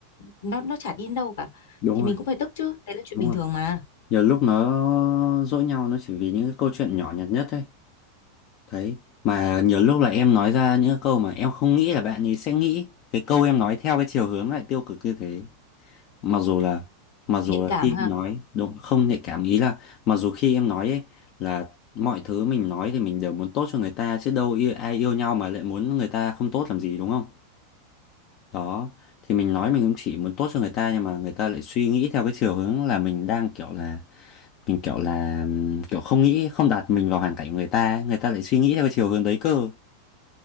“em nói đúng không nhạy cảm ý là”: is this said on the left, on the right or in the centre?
Left